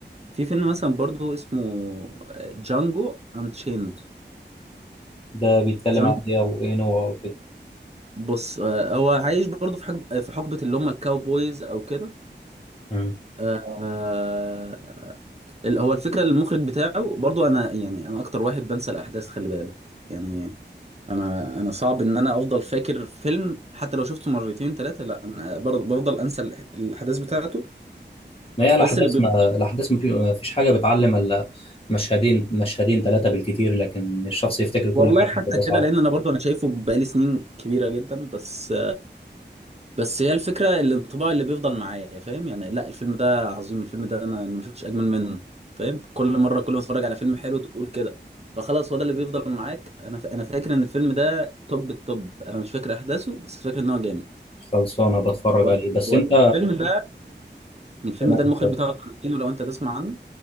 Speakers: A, on the right; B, on the left.
A: في فيلم مثلا برضو اسمه جانجو انشيند
B: ده بيتكلم
A: جانجو
B: عن ايه وايه نوعه وكده
A: بص آه هو عايش برضو في حقب في حقبة اللي هم الكاوبويز او كده
B: مم.
A: آه ال- هو الفكرة المخرج بتاعه برضو انا يعني انا اكتر واحد بنسى الاحداث خلي بالك يعني انا انا صعب ان انا افضل فاكر فيلم حتى لو شفته مرتين ثلاثة لا انا برضو بفضل انسى الأح- الاحداث بتاعته
B: ما هي الاحداث
A: بس اللي بيبقى
B: ما الاحداث ما في- ما فيش حاجه بتعلم الا مشهدين مشهدين ثلاثه بالكتير لكن الشخص يفتكر كل
A: والله
B: حاجه
A: حتى
B: بتبقى
A: كده
B: صعبه
A: لان انا برضو انا شايفه بقالي سنين كبيره جدا بس بس هي الفكره الانطباع اللي بيفضل معايا فاهم يعني لا الفيلم ده عظيم الفيلم ده انا أنا ما شفتش اجمل منه فاهم كل مره كل ما اتفرج على فيلم حلو تقول كده فخلاص هو ده اللي بيفضل معاك انا ف... انا فاكر ان الفيلم ده توب التوب انا مش فاكر احداثه بس فاكر ان هو جامد
B: خلصانه بتفرج
A: و...
B: عليه بس
A: و...
B: انت
A: الفيلم ده الفيلم
B: تمام
A: ده
B: اتفضل.
A: المخرج بتاعه تارانتينو لو انت تسمع عنه